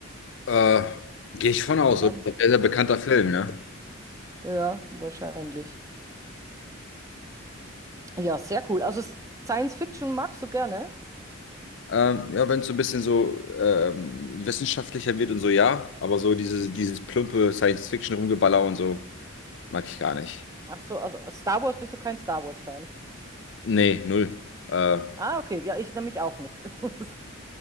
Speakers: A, on the left; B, on the right.
A: äh, gehe ich von aus,
B: Einnahmen?
A: oder? Sehr, sehr bekannter Film, ne?
B: Ja, wahrscheinlich. Ja, sehr cool. Also Science Fiction magst du gerne?
A: Ähm, ja, wenn es so ein bisschen so ähm, wissenschaftlicher wird und so, ja. Aber so dieses, dieses plumpe Science-Fiction-Rumgeballer und so, mag ich gar nicht.
B: Ach so, also Star Wars bist du kein Star Wars-Fan.
A: Nee, null. Äh,
B: Ah, okay, ja, ich nämlich auch nicht. <laughs>